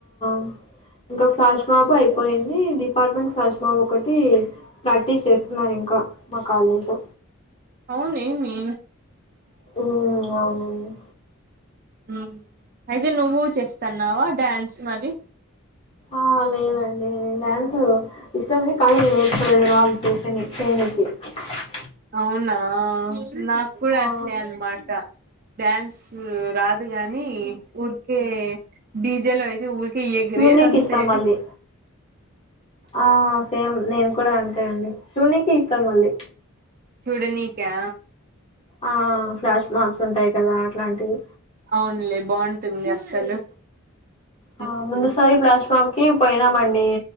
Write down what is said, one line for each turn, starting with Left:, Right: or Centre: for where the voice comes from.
Left: అ ఇంకా ఫ్లాష్ మాఫ అయిపోయింది డిపార్ట్మెంట్ ఫ్లాష్ మాఫ ఒకటి ప్రాక్టీస్ చేస్తున్నారు ఇంకా మాకాలేదు
Right: అవును ఏమి
Left: మ్మ్ అవునండి
Right: హు అయితే నువ్వు చేస్తాన్నావా డ్యాన్స్ మరి
Left: ఆ లేదండి నేను డ్యాన్సు ఇష్టమ కానీ నేర్చులేదు రాదు చేయానికి కూ <unintelligible>
Right: అవునా నాకు కూడా
Left: ఆ
Right: అలనీ అన్నమాట డ్యాన్స్ రాజ కాని ఊరికే డీజెల్ అయితే ఊరికే ఎగిరే
Left: చూడ్నికి
Right: అంతే
Left: ఇష్టం మళ్ళీ ఆ సేమ్ నేను కూడా అంటాయండి చూ నకి ఇష్టాం వుంది
Right: చూడ నీకా
Left: ఆ ఫ్లాష్ మార్ప్స్ ఉంటాయి కదా అట్లాంటివి
Right: అవునులే బాగుంటుంది అస్సలు
Left: ఆ
Right: ఉమ్,
Left: ముందుసారి ప్లాస్మా కి ఇ పోయినామండి